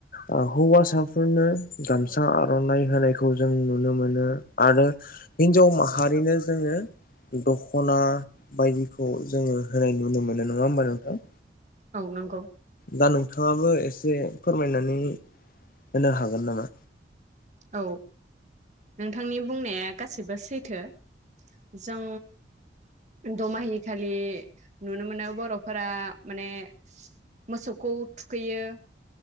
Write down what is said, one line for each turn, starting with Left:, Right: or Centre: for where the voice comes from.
Left: ओ हौवासाफोरनो गामसा आरनाय होनायखौ जों नुनो मोनो आरो हिनजाव मा हारिनो जोङो दख'ना बायदिखौ जोङो होनाय नुनो मोनो नङा होमबा नोंथां?
Right: औ नंगौ।
Left: दा नोंथाङाबो एसे फोरमायनानै होनो हागोन नामा?
Right: औ नोंथांनि बुंनाया गासिबबो सैथो। जों दमाहि खालि नुनो मोनो बर'फोरा माने मोसौखौ थुखैयो।